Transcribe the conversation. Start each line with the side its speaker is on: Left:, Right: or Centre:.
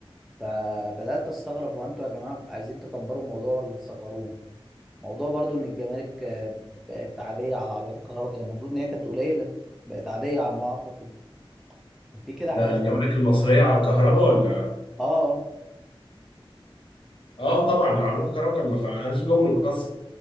Centre: فبدات استغرب هو انتوا يا جماعه عايزين تكبروا الموضوع ولا تصغروه موضوع برضو ان الجمارك آه، بقت عاديه على عربيات الكهرباء كانت المفروض ان هي كانت قليله بقت عاديه على ما اعتقد ففي كده
Left: ده
Centre: حاجات
Left: الجمارك المصرية
Centre: اه
Left: على الكهرباء ولا
Centre: آه.
Left: آه طبعا عربيات الكهرباء كان ما كانش جمرك أصلا